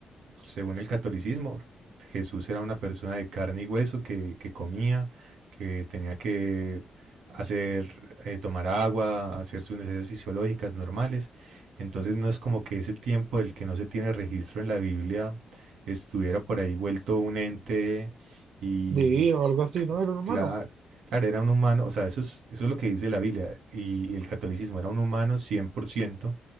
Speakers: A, on the right; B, on the right.
A: según el catolicismo, Jesús era una persona de carne y hueso que, que comía, que tenía que hacer, eh, tomar agua, hacer sus necesidades fisiológicas normales. Entonces no es como que ese tiempo del que no se tiene registro en la Biblia estuviera por ahí vuelto un ente y
B: divino o algo así, ¿no? Era un humano.
A: claro, claro, era un humano, o sea, eso es, eso es lo que dice la Biblia y, y el catolicismo, era un humano 100%